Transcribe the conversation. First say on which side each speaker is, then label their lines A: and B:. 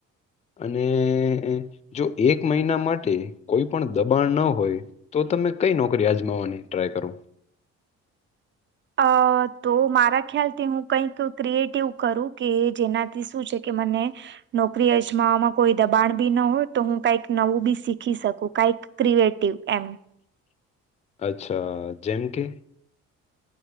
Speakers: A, on the left; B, on the right.
A: અને જો એક મહિના માટે કોઈ પણ દબાણ ન હોય. તો તમે કઈ નોકરી અજમાવાની ટ્રાય કરો?
B: અ તો મારા ખ્યાલથી હું કઈક ક્રિએટિવ કરું. કે જેનાથી શું છે કે મને નોકરી અજમાવામાં કોઈ દબાણ બી ન હોય તો હું કઈક નવું બી શીખી શકું કઈક ક્રિએટીવ એમ
A: અચ્છા જેમ કે